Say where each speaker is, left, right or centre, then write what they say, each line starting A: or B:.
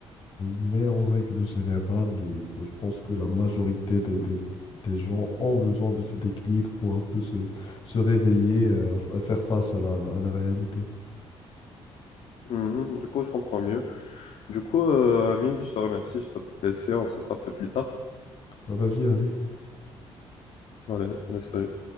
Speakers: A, on the left; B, on the left.
A: mais en règle générale, euh, je pense que la majorité des, des- des gens ont besoin de ce déclic pour un peu se, se réveiller, euh, f- faire face à la, la- à la réalité.
B: Mhm. Du coup, je comprends mieux. Du coup, euh, Amine, je te remercie. Je dois te laisser. On se capte plus tard.
A: Bah, vas-y, allez.
B: Allez, allez, salut.